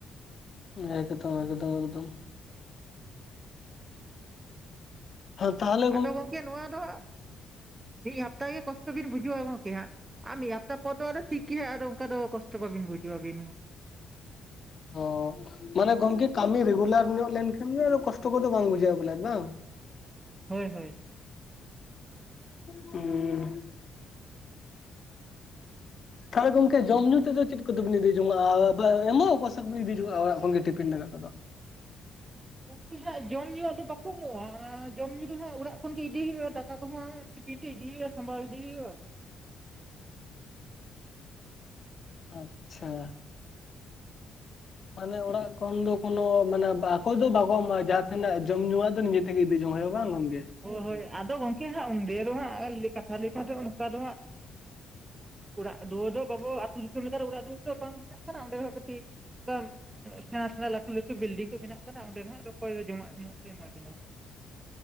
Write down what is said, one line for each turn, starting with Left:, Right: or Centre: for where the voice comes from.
Left: ᱮᱠᱫᱚᱢ ᱮᱠᱫᱚᱢ ᱮᱠᱫᱚᱢ <inaudible> ᱛᱟᱦᱚᱞᱮ <unintelligible>
Right: ᱟᱫᱚ ᱜᱚᱝᱠᱮ ᱱᱚᱣᱟ ᱫᱚ ᱢᱤᱫ ᱦᱟᱯᱛᱟ ᱜᱮ ᱠᱚᱥᱴᱚ ᱵᱤᱱ ᱵᱩᱡᱷᱟᱹᱣᱟ ᱜᱚᱝᱠᱮ ᱦᱟᱸᱜ ᱟᱨ ᱢᱤᱫ ᱦᱟᱯᱛᱟ ᱯᱚᱨ ᱫᱚ ᱴᱷᱤᱠ ᱜᱮᱭᱟ ᱟᱫᱚ ᱚᱱᱠᱟ ᱫᱚ ᱠᱚᱥᱴᱚ ᱵᱟᱹᱵᱤᱱ ᱵᱩᱡᱟᱣᱼ ᱟ ᱟᱵᱤᱱ ᱦᱚᱸ
Left: ᱦᱚᱸ ᱢᱟᱱᱮ ᱜᱚᱝᱠᱮ ᱠᱟᱹᱢᱤ ᱨᱮᱜᱩᱞᱟᱨ ᱧᱚᱜ ᱞᱮᱱᱠᱷᱟᱱ ᱜᱮ ᱠᱚᱥᱴᱚ ᱠᱚᱫᱚ ᱵᱟᱝ ᱵᱩᱡᱷᱟᱹᱜᱼᱟ ᱵᱚᱞᱮ ᱵᱟᱝ
Right: ᱦᱳᱭ ᱦᱳᱭ
Left: ᱦᱩᱸ <unintelligible> ᱛᱟᱦᱚᱞᱮ ᱜᱚᱝᱠᱮ ᱡᱚᱢᱼᱧᱩ ᱛᱮᱫᱚ ᱪᱮᱫ ᱠᱚᱫᱚ ᱵᱤᱱ ᱤᱫᱤ ᱡᱚᱝᱣᱟᱜᱼᱟ, ᱟ ᱮᱢᱚᱜ ᱚᱠᱳ ᱥᱮ ᱵᱮᱱ ᱤᱫᱤ ᱡᱚᱣᱟᱜᱼᱟ ᱚᱲᱟᱜ ᱠᱷᱚᱱᱜ ᱜᱮ ᱴᱤᱯᱷᱤᱱ ᱫᱟᱠᱟ ᱠᱚᱫᱚ?
Right: ᱩᱱᱠᱤ ᱦᱟᱸᱜ ᱡᱚᱢ ᱧᱩᱣᱟᱜ ᱫᱚ ᱵᱟᱠᱚ ᱮᱢᱚᱜᱼᱟ, ᱡᱚᱢ-ᱧᱩ ᱫᱚ ᱦᱟᱸᱜ ᱚᱲᱟᱜ ᱠᱷᱚᱱ ᱜᱮ ᱤᱫᱤ ᱦᱩᱭᱩᱜᱼᱟ ᱫᱟᱠᱟ ᱠᱚ ᱦᱟᱜ ᱴᱤᱯᱤᱱ ᱛᱮ ᱤᱫᱤ ᱦᱳᱭᱳᱜᱼᱟ ᱥᱟᱢᱵᱟᱣ ᱤᱫᱤ ᱦᱳᱭᱳᱜᱼᱟ᱾
Left: ᱟᱪᱪᱷᱟ ᱢᱟᱱᱮ ᱚᱲᱟᱜ ᱠᱷᱚᱱ ᱫᱚ ᱠᱚᱱᱚ ᱢᱟᱱᱮ ᱟᱠᱚ ᱫᱚ ᱵᱟᱠᱚ ᱮᱢᱚᱜᱟᱜᱼᱟ ᱡᱟᱦᱟᱸ ᱛᱤᱱᱟᱜ ᱡᱚᱢ ᱧᱩᱣᱟᱜ ᱫᱚ ᱱᱤᱡᱮ ᱛᱮᱜᱮ ᱤᱫᱤ ᱡᱚᱝ ᱦᱳᱭᱳᱜᱼᱟ ᱵᱟᱝ ᱜᱚᱝᱢᱮ?
Right: ᱦᱳᱭ ᱦᱳᱭ ᱟᱫᱚ ᱜᱚᱝᱠᱮ ᱦᱟᱸᱜ ᱚᱸᱰᱮ ᱫᱚ ᱦᱟᱸᱜ ᱞᱟᱹ ᱠᱟᱛᱷᱟ ᱞᱮᱠᱟᱛᱮ ᱚᱱᱠᱟ ᱫᱚ ᱦᱟᱸᱜ <inaudible> ᱚᱲᱟᱜ ᱫᱩᱣᱟᱹᱨ ᱫᱤᱥᱚᱢ ᱚᱲᱟᱜ ᱫᱩᱣᱟᱹᱨ ᱫᱚ ᱵᱟᱝ ᱵᱮᱱᱟᱜ ᱠᱟᱱᱟ ᱚᱸᱰᱮ ᱦᱚᱸ ᱠᱟᱹᱴᱤᱡ ᱚᱱᱠᱟ ᱥᱮᱸᱬᱟ ᱥᱮᱸᱬᱟ ᱞᱟᱹᱴᱩ ᱞᱟᱹᱴᱩ ᱵᱤᱞᱰᱤᱝ ᱠᱚ ᱵᱮᱱᱟᱜ ᱠᱟᱱᱟ ᱚᱸᱰᱮ ᱱᱟᱦᱟᱜ ᱚᱠᱚᱭ ᱫᱚ ᱡᱚᱢᱟᱜ ᱧᱩᱣᱟᱜ ᱠᱚ ᱮᱢᱟ ᱵᱤᱱᱟ᱾